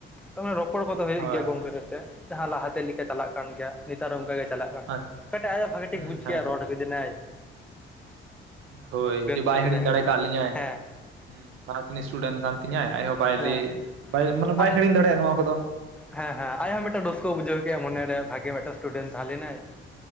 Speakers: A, in the centre; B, on the right.
A: ᱛᱢᱟᱱᱮ ᱨᱚᱯᱚᱲ ᱠᱚᱫᱚ ᱦᱩᱭᱩᱜ
B: ᱦᱳᱭ
A: ᱜᱮᱭᱟ ᱜᱚᱝᱠᱮᱛᱮᱜ ᱡᱟᱦᱟᱸ ᱞᱟᱦᱟᱛᱮ ᱞᱮᱠᱟ ᱪᱟᱞᱟᱜ ᱠᱟᱱ ᱜᱮᱭᱟ ᱱᱮᱛᱟᱨ ᱦᱚᱸ ᱚᱝᱠᱟ ᱜᱮ ᱪᱟᱞᱟᱜ
B: ᱦᱳᱭ
A: ᱠᱟᱴᱟᱜ ᱟᱭᱟᱜ ᱵᱷᱟᱜᱮ
B: ᱦᱩᱸ
A: ᱴᱷᱤᱠ ᱵᱩᱡᱽ
B: ᱦᱮᱸᱛᱚ
A: ᱠᱮᱫᱟᱭ ᱨᱚᱲ ᱠᱤᱫᱤᱱᱟᱭ
B: ᱦᱳᱭ ᱡᱮ ᱵᱟᱭ
A: ᱛᱟᱦᱮᱸ
B: ᱦᱤᱲᱤᱧ
A: ᱞᱮᱱᱟᱭ
B: ᱫᱟᱲᱮ
A: ᱠᱟᱹᱴᱤᱡ
B: ᱠᱟᱫ ᱞᱤᱧᱟᱭ᱾
A: ᱦᱮᱸ
B: ᱦᱮᱸ ᱞᱟᱦᱟᱛᱤᱱ ᱤᱥᱴᱩᱰᱮᱱᱴ ᱠᱟᱱ ᱛᱤᱧᱟᱭ ᱟᱡᱦᱚᱸ ᱵᱟᱭ
A: ᱦᱮᱸ
B: ᱞᱟᱹᱭ ᱢᱟᱱᱮ ᱵᱟᱭ
A: ᱟᱡ
B: ᱦᱤᱲᱤᱧ ᱫᱟᱲᱮᱭᱟᱜ-ᱟ ᱱᱚᱣᱟ ᱠᱚᱫᱚ᱾
A: ᱦᱮᱸ ᱦᱮᱸ ᱟᱡᱦᱚᱸ ᱢᱤᱫᱴᱟᱝ ᱨᱟᱹᱥᱠᱟᱹ ᱵᱩᱡᱟᱹᱣ ᱠᱮᱭᱟ ᱢᱚᱱᱮᱨᱮ ᱵᱷᱟᱜᱮ ᱢᱮᱫ ᱴᱟᱱ ᱥᱴᱩᱰᱮᱱᱴ ᱛᱟᱦᱞᱮᱱᱟᱭ